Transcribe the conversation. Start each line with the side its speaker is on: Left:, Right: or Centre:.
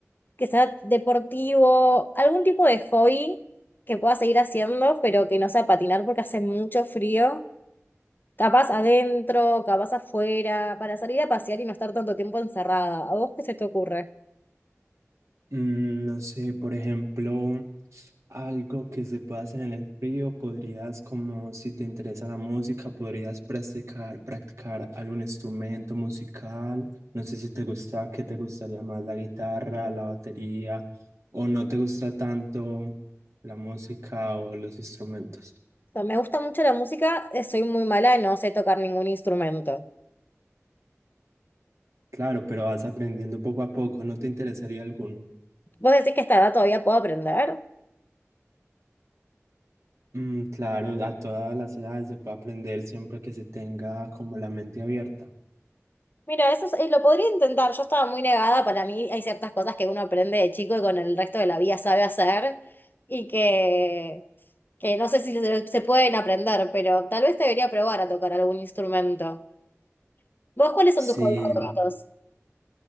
Left: que sea deportivo, algún tipo de hobby que pueda seguir haciendo, pero que no sea patinar porque hace mucho frío. Capaz adentro, capaz afuera, para salir a pasear y no estar tanto tiempo encerrada. ¿A vos qué se te ocurre?
Right: Mm, No sé, por ejemplo, algo que se pueda hacer en el frío, podrías, como si te interesa la música, podrías practicar, practicar algún instrumento musical. No sé si te gusta, qué te gustaría más, la guitarra, la batería, o no te gusta tanto la música o los instrumentos.
Left: O sea, me gusta mucho la música, eh, soy muy mala, no sé tocar ningún instrumento.
Right: Claro, pero vas aprendiendo poco a poco, ¿no te interesaría alguno?
Left: ¿Vos decís que a esta edad todavía puedo aprender?
Right: Mm, claro, a todas las edades se puede aprender siempre que se tenga como la mente abierta.
Left: Mira, eso es- eh, lo podría intentar. Yo estaba muy negada. Para mí hay ciertas cosas que uno aprende de chico y con el resto de la vida sabe hacer y que, que no sé si se, se pueden aprender, pero tal vez debería probar a tocar algún instrumento. ¿Vos cuáles son
Right: Sí,
Left: tus hobbies favoritos?